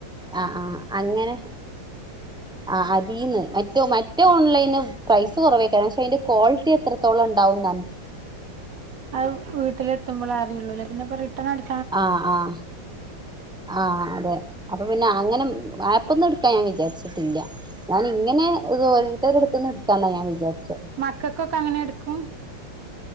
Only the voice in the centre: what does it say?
ആഹ് ആഹ് അങ്ങനെ- ആഹ് അതീന്ന് മറ്റോ മ റ്റെ ഓൺലൈന് പ്രൈസ് കൊറവേക്കാരം പക്ഷെ അയിന്റെ ക്വാളിറ്റി എത്രത്തോളം ഉണ്ടാവുന്ന.
ആഹ് ആഹ് ആഹ് അതെ അപ്പം പിന്നെ അങ്ങനെ ആപ്പൊന്നും എടുക്കാൻ ഞാൻ വിചാരിച്ചിട്ടില്ല. ഞാനിങ്ങനെ ഇത് ഓരോരുത്തരുടെ അടുത്ത്ന്ന് എടുക്കാന്നാ ഞാൻ വിചാരിച്ചെ.